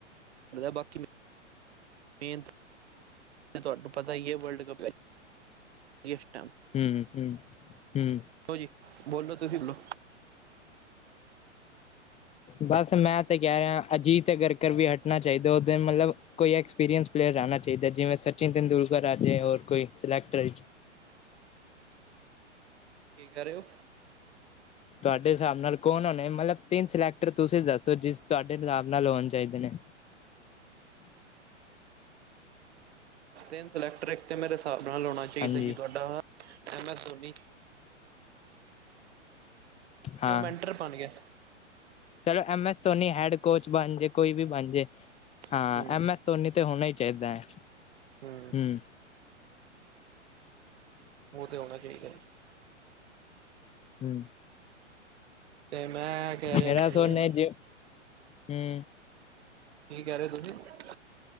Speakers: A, on the right; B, on the left.
A: ਦਾ ਬਾਕੀ ਮੈਂ ਮੇਨਤ ਮ ਤੁਹਾਨੂੰ ਪਤਾ ਈ ਐ, ਵਰਲਡ ਕਪ ਦਿਆ ਸੀਟਾਂ
B: ਹੂੰ-ਹੂੰ-ਹੂੰ।
A: ਜੀ ਬੋਲੋ ਤੁਸੀਂ ਬੋਲੋ
B: ਬਸ ਮੈਂ ਤੇ ਕਹਿ ਰਿਹਾ ਅਜੀਤ ਹੈ ਗਰਕਰ ਵੀ ਹਟਣਾ ਚਾਹੀਦਾ ਉਸ ਦਿਨ ਮਤਲਬ ਕੋਈ ਐਕਸਪੀਰੀਅੰਸ ਪਲੇਅਰ ਰਹਿਣਾ ਚਾਹੀਦਾ ਜਿਵੇਂ ਸਚਿਨ ਤੈਂਦੁਲਕਰ ਆ ਜਾੇ ਔਰ ਕੋਈ ਸਿਲੈਕਟਟਰ
A: ਕੀ ਕਰਹਿ ਰਹੇ ਹੋ
B: ਤੁਹਾਡੇ ਹਿਸਾਬ ਨਾਲ ਕੌਣ ਹੋਣੇ ਮਤਲਬ ਤਿੰਨ ਸਿਲੈਕਟਰ ਤੁਸੀਂ ਦੱਸੋ ਜਿਸ ਤੁਹਾਡੇ ਹਿਸਾਬ ਨਾਲ ਹੋਣ ਚਾਹੀਦੇ ਨੇ
A: ਟੀਨ ਸਲੈਕਟਡ ਤੇ ਮੇਰੇ ਹਿਸਾਬ ਨਾਲ ਆਾਉਣਾ ਚਾਹੀਦਾ
B: ਹਾਂਜੀ
A: ਜੀ ਤੁਹਾਡਾ ਐਮ ਐਸ ਧੋਨੀ ਕਿਉ
B: ਹਾਂ
A: ਮੈਂਟਰ ਬਣ ਗਿਆਏ
B: ਚਲੋ M S Dhoni head coach ਬਣ ਜੇ ਕੋਈ ਵੀ ਬਣ ਜੇ ਹਾਂ
A: ਹੂੰ
B: ਐਮ ਐਸ ਧੋਨੀ ਤੇ ਹੋਣਾ ਹੀ ਚਾਹੀਦਾ ਹੈ
A: ਹੂੰ
B: ਹਮ
A: ਉਹ ਤੇ ਹੋਣਾ ਚਾਹੀਦਾ
B: ਹੂੰ
A: ਤੇ ਮੈਂ ਕਹਿ ਰਿਹਾ
B: ਮੇਰਾ
A: ਤੁਹਾਨੂੰ
B: ਸੁਣ ਜੇ ਹਮ
A: ਕੀ ਕਹਿ ਰਹੇ ਹੋ ਤੁਸੀਂ